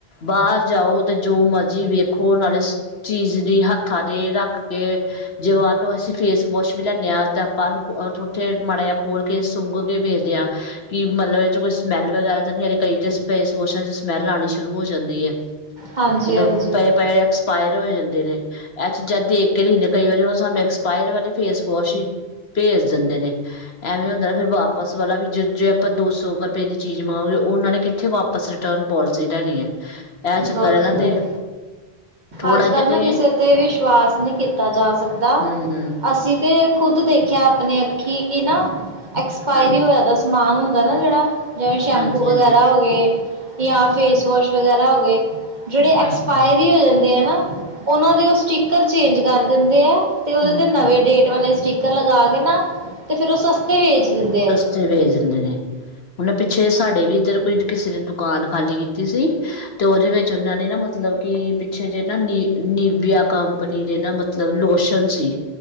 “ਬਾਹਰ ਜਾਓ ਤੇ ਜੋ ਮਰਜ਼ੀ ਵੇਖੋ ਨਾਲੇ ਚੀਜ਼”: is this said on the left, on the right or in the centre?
Left